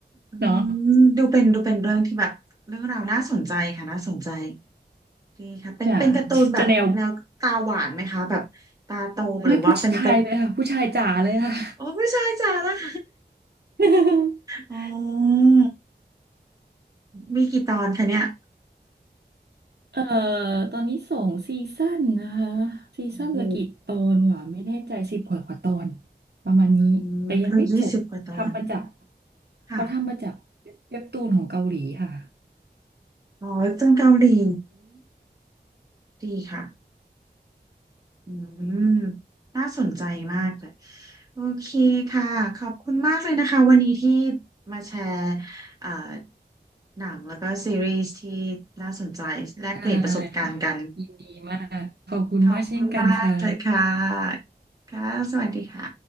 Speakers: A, on the right (about 20°); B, on the right (about 70°).
A: อื
B: เนาะ
A: มดูเป็นดูเป็นเรื่องที่แบบเรื่องราวน่าสนใจค่ะน่าสนใจดีค่ะเป็นเป็นการ์ตูนแบบแนวตาหวานไหมคะแบบตาโตหรือว่าเป็นการ์
B: จ้ะจะแนว ไม่ผู้ชายเลยค่ะผู้ชายจ๋าเลยค่ะ
A: โอ้ผู้ชายจ๋าละ <laughs>
B: <laughs>
A: อ๋อมีกี่ตอนคะเนี่ย
B: เอ่อตอนนี้สองซีซั่นนะคะซีซั่นละกี่ตอนวะไม่แน่ใจสิบกว่ากว่าตอน
A: โอ้โห
B: ประมาณนี้แต่ยังไม่จบทำมาจาก
A: อืมก็ยี่สิบกว่าตอนค่ะ
B: เขาทำมาจากเว็บตูนของเกาหลีค่ะ
A: อ๋อจังเกาหลีดีค่ะ อืมน่าสนใจมากเลยโอเคค่ะขอบคุณมากเลยนะคะวันนี้ที่มาแชร์เอ่อหนังแล้วก็ซีรีส์ที่น่าสนใจแลกเปลี่ยนประสบการณ์กัน
B: ได้ค่ะยินดีมากขอบคุณมากเช่นกันค่ะ
A: ขอบคุณมากเลยค่ะค่ะสวัสดีค่ะ